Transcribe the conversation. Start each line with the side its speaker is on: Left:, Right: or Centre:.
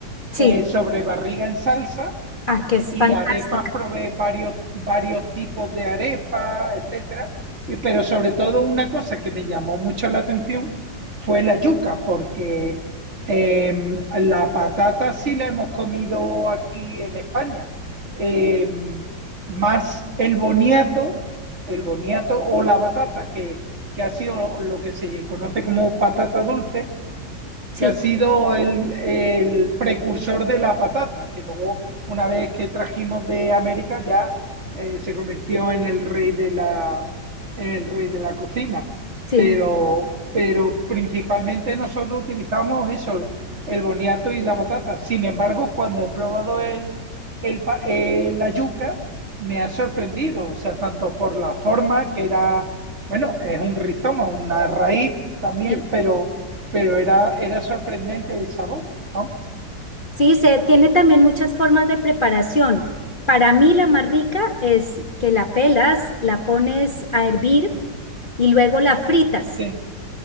Left: Sí,
Right: eh, sobre barriga en salsa,
Left: ah, que es
Right: y
Left: fantástica.
Right: arepas provee varios, varios tipos de arepas, etcétera. Y, pero sobre todo una cosa que me llamó mucho la atención fue la yuca, porque eh, la patata sí la hemos comido aquí en España. Eh, más el boniato, el boniato o la batata, que, que ha sido lo que se conoce como patata dulce,
Left: Sí,
Right: que ha sido el, el precursor de la patata, que luego, una vez que trajimos de América, ya eh, se convirtió en el rey de la, en el rey de la cocina.
Left: sí,
Right: Pero, pero principalmente nosotros utilizamos eso, el boniato y la patata. Sin embargo, cuando he probado el, el, el, la yuca, me ha sorprendido, o sea, tanto por la forma que era, bueno, es un rizoma, una raíz también,
Left: sí.
Right: pero pero era, era sorprendente el sabor, ¿no?
Left: Sí, se tiene también muchas formas de preparación. Para mí la más rica es que la pelas, la pones a hervir y luego la fritas.
Right: Sí.